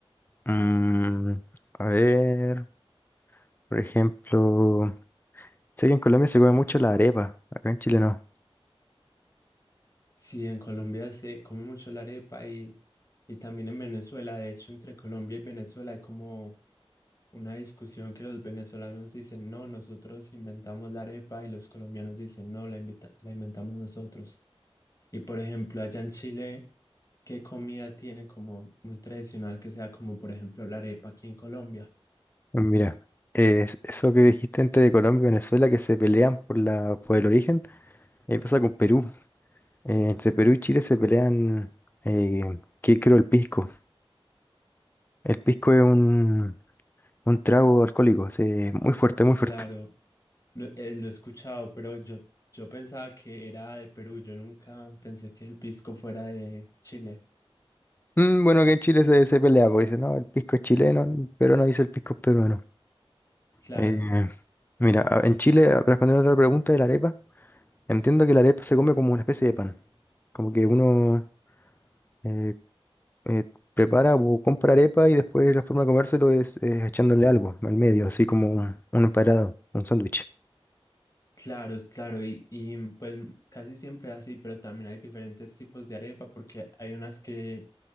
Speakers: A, on the left (about 20°); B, on the left (about 35°).
A: Mm, a ver, por ejemplo, sé que en Colombia se come mucho la arepa, acá en Chile no.
B: Sí, en Colombia se come mucho la arepa y, y también en Venezuela. De hecho, entre Colombia y Venezuela hay como una discusión que los venezolanos dicen, no, nosotros inventamos la arepa y los colombianos dicen, no, la inventa- la inventamos nosotros. Y por ejemplo, allá en Chile. ¿Qué comida tienen como muy tradicional que sea como por ejemplo la arepa aquí en Colombia?
A: Mira, eh, es- eso que dijiste entre Colombia y Venezuela que se pelean por la, por el origen, ahí pasa con Perú. Eh, entre Perú y Chile se pelean, eh, ¿qué creo? El pisco. El pisco es un, un trago alcohólico, así, muy fuerte, muy
B: Claro,
A: fuerte.
B: lo, eh, lo he escuchado, pero yo, yo pensaba que era de Perú, yo nunca pensé que el pisco fuera de Chile.
A: Mm, bueno, que en Chile se, se pelea, porque dice, no, el pisco es chileno, pero no dice el pisco es peruano.
B: Claro,
A: Eh, mira, a- en Chile, a- respondiendo a otra pregunta de la arepa, entiendo que la arepa se come como una especie de pan. Como que uno, eh, eh, prepara o compra arepa y después la forma de comérselo es eh, echándole algo al medio, así como un, un emparado, un sándwich.
B: claro, claro, y, y mm, pues mm, casi siempre es así, pero también hay diferentes tipos de arepa porque hay unas que,